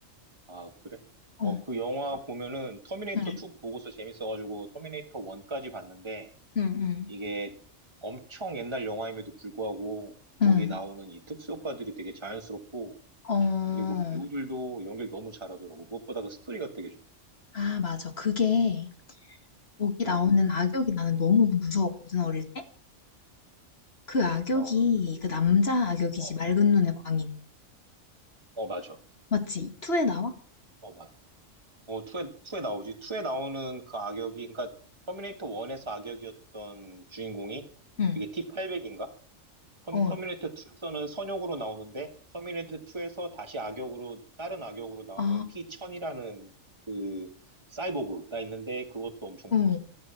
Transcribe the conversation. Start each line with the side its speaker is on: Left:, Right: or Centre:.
Right: 아, 그래?
Left: 어,
Right: 어, 그 영화 보면은 터미네이터
Left: 응,
Right: 2 보고서 재밌어가지고 터미네이터 1까지 봤는데,
Left: 응, 응,
Right: 이게 엄청 옛날 영화임에도 불구하고,
Left: 응.
Right: 거기에 나오는 이 특수효과들이 되게 자연스럽고,
Left: 어,
Right: 그리고 배우들도 연기를 너무 잘하더라고. 무엇보다 그 스토리가 되게 좋고.
Left: 아, 맞아. 그게, 거기
Right: 어,
Left: 나오는 악역이 나는 너무 무서웠거든, 어릴 때? 그 악역이,
Right: 어, 그-
Left: 그 남자 악역이지.
Right: 어,
Left: 맑은 눈의 광인.
Right: 어, 맞아.
Left: 맞지? 투에 나와?
Right: 어, 맞아. 어, 2에, 투에 나오지. 2에 나오는 그 악역이, 그러니까 터미네이터 1에서 악역이었던 주인공이
Left: 응.
Right: 그게 T800인가?
Left: 어,
Right: 터미네이터 2에서는 선역으로 나오는데 터미네이터 2에서 다시 악역으로 다른 악역으로 나오는
Left: 아,
Right: T1000이라는 그 사이보그가 있는데 그것도 엄청
Left: 어.
Right: 무서워.